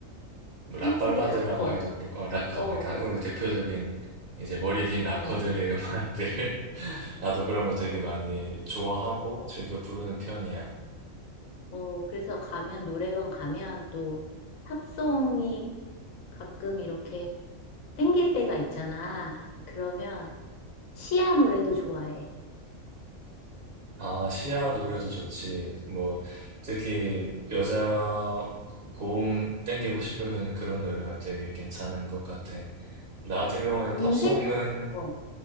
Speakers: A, on the right (about 50°); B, on the left (about 80°).
A: 뭐
B: 한국의
A: 락발라드라고
B: 락커.
A: 하기도 그렇고 어, 락커
B: 어,
A: 그러니까 한국의
B: 락-
A: 대표적인 이제 머리 긴
B: 어,
A: 락커들의 <laughs> 음악들 나도 그런 거 되게 많이 좋아하고 즐겨 부르는 편이야.
B: 어, 그래서 가면, 노래방 가면 또 팝송이 가끔 이렇게 땡길 때가 있잖아. 그러면 시아 노래도 좋아해.
A: 아, 시아 노래도 좋지. 뭐, 특히 여자 고음 땡기고 싶으면 그런 노래가 되게 괜찮은 것 같아. 나 같은 경우에는 팝송은
B: 음색? 어,